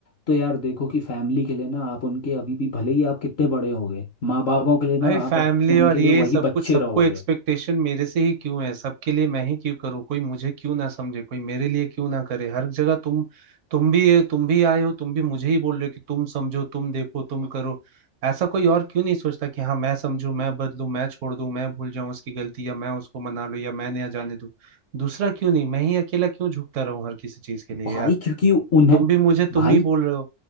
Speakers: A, on the left (about 60°); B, on the right (about 75°).
A: तो यार देखो कि फैमिली के लिए ना आप उनके अभी भी भले ही आप कितने बड़े हो गए माँ बापों के लिए ना
B: भाई
A: आप
B: फैमिली
A: अप- उनके
B: और
A: लिए
B: ये
A: वही
B: सब
A: बच्चे
B: कुछ सबको
A: रहोगे
B: एक्सपेक्टेशन मेरे से ही क्यों है सबके लिए मैं ही क्यों करूँ कोई मुझे क्यों ना समझे कोई मेरे लिए क्यों ना करे हर जगह तुम तुम भी तुम भी आए हो तुम भी मुझे ही बोल रहे हो कि तुम समझो तुम देखो तुम करो ऐसा कोई और क्यों नहीं सोचता कि हाँ मैं समझू मैं बदलू मैं छोड़ दूं मैं भूल जाऊं उसकी गलती या मैं उसको मना लूं या मैं नया जाने दूं दूसरा क्यों नहीं मैं ही अकेला क्यों झुकता रहूं हर किसी चीज के लिए
A: भाई
B: यार
A: क्योंकि उन्हें
B: तुम भी मुझे तुम
A: भाई
B: ही बोल रहे हो